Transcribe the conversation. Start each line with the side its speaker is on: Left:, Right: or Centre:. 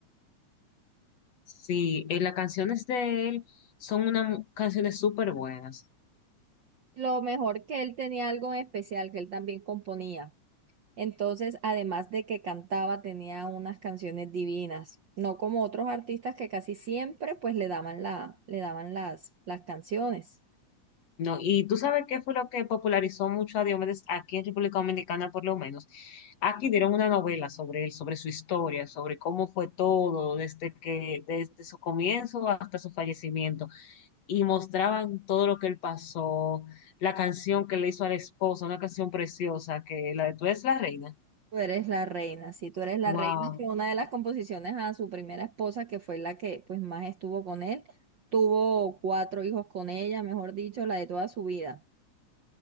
Left: sí, eh, las canciones de él son unas mu- canciones súper buenas.
Right: lo mejor que él tenía algo en especial, que él también componía. Entonces, además de que cantaba, tenía unas canciones divinas, no como otros artistas que casi siempre pues le daban la, le daban las, las canciones.
Left: No, y tú sabes qué fue lo que popularizó mucho a Diomedes aquí en República Dominicana, por lo menos. Aquí dieron una novela sobre él, sobre su historia, sobre cómo fue todo, desde que, desde su comienzo hasta su fallecimiento, y mostraban todo lo que él pasó, la canción que le hizo a la esposa, una canción preciosa, que la de Tú eres la reina.
Right: Tú eres la reina, sí, tú eres la
Left: Wow.
Right: reina, que una de las composiciones a su primera esposa, que fue la que pues más estuvo con él, tuvo cuatro hijos con ella, mejor dicho, la de toda su vida.